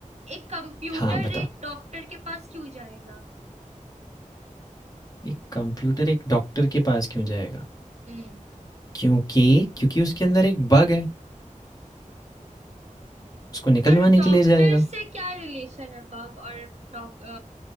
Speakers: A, on the right; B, on the left.
A: एक कंप्यूटर
B: हाँ बताओ
A: एक डॉक्टर के पास क्यों जाएगा
B: एक कंप्यूटर एक डॉक्टर के पास क्यों जाएगा
A: हम्म
B: क्योंकि क्योंकि उसके अंदर एक बग है उसको निकलवाने
A: पर डॉक्टर
B: के लिए जाएगा
A: से क्या रिलेशन है बग और डॉक